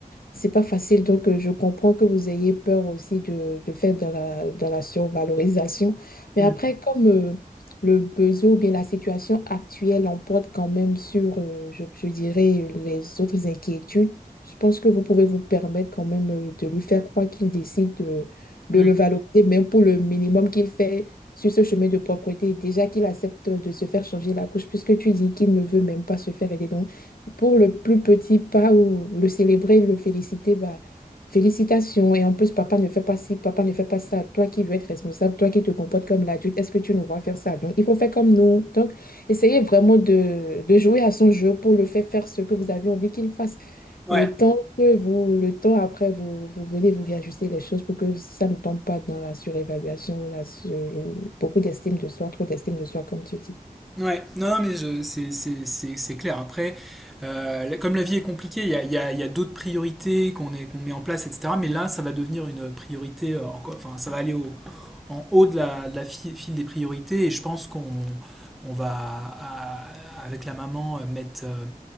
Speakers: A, on the left (about 80°); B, in the centre.
A: C'est pas facile, donc euh, je comprends que vous ayez peur aussi de, de faire dans la, dans la survalorisation. Mais
B: Mm.
A: après, comme euh, le besoin ou bien la situation actuelle l'emporte quand même sur, euh, je, je dirais, les autres inquiétudes, je pense que vous pouvez vous permettre quand même euh, de lui faire croire qu'il décide de, de
B: Mm.
A: le valoriser, même pour le minimum qu'il fait sur ce chemin de propreté. Déjà qu'il accepte de se faire changer la couche, puisque tu dis qu'il ne veut même pas se faire aider. Donc, pour le plus petit pas ou le célébrer, le féliciter, bah, félicitations. Et en plus, papa ne fait pas ci, papa ne fait pas ça. Toi qui veux être responsable, toi qui te comportes comme l'adulte, est-ce que tu nous vois faire ça? Donc, il faut faire comme nous. Donc, essayez vraiment de, de jouer à son jeu pour le faire faire ce que vous avez envie qu'il fasse.
B: Ouais.
A: Le temps que vous, le temps après, vous, vous venez vous réajuster les choses pour que ça ne tombe pas dans la surévaluation ou la sur- beaucoup d'estime de soi, trop d'estime de soi, comme tu dis.
B: Ouais, non, non, mais je- c'est c'est- c'est- c'est clair. Après, euh, la- comme la vie est compliquée, il y a, il y a- il y a d'autres priorités qu'on est- qu'on met en place, etc. Mais là, ça va devenir une priorité, euh, encore, enfin, ça va aller au- en haut de la, de la fi- file des priorités. Et je pense qu'on on va, à- avec la maman, euh, mettre, euh,